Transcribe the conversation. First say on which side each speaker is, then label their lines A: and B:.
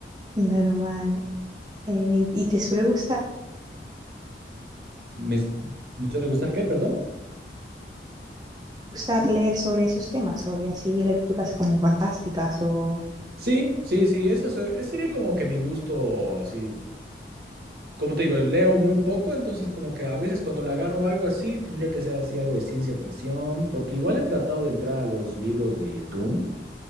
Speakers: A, on the right (about 20°); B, on the right (about 60°).
A: normal. Eh, ¿y y te suele gustar,
B: ¿Me, me suele gustar qué, perdón?
A: gustar leer sobre esos temas, sobre así lecturas como fantásticas o...
B: Sí, sí, sí, eso, es- ese sería como que mi gusto, así, como te digo, leo muy poco, entonces como que a veces cuando le agarro algo así, tendría que ser así algo de ciencia ficción, porque igual he tratado de entrar a los libros de Dune,